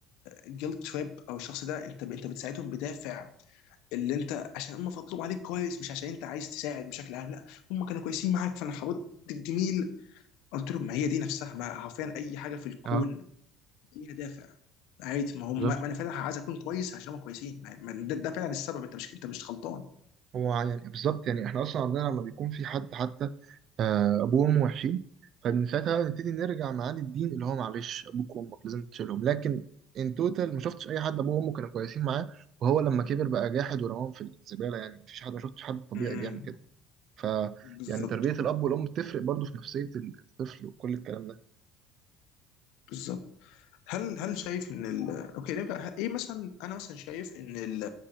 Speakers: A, on the left; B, on the right.
A: جيلت تريب او الشخص ده انت انت بتساعدهم بدافع اللي انت عشان هم فضلوا عليك كويس مش عشان انت عايز تساعد بشكل عام لا هم كانوا كويسين معاك فانا حاولت الجميل قلت لهم ما هي دي نفسها ما حرفيا اي حاجه في الكون
B: اه
A: ليها دافع عادي ما هم
B: بالظبط
A: ما انا فعلا عايز اكون كويس عشان هم كويسين ما- ما ده, ده فعلا السبب انت مش انت مش غلطان
B: هو يعني بالظبط يعني احنا اصلا عندنا لما بيكون في حد حتى آه، ابوه وامه وحشين فمن ساعتها بقى نبتدي نرجع معاد الدين اللي هو معلش ابوك وامك لازم تشيلهم لكن ان توتال ما شفتش اي حد ابوه وامه كانوا كويسين معاه وهو لما كبر بقى جاحد ورماهم في الزباله يعني مفيش حد ما شفتش حد طبيعي
A: امم
B: بيعمل كده ف
A: بالظبط
B: يعني تربيه الاب والام بتفرق برضو في نفسيه الطفل وكل الكلام ده
A: بالظبط هل هل شايف ان ال... اوكي نرجع ه- ايه مثلا انا مثلا شايف ان ال...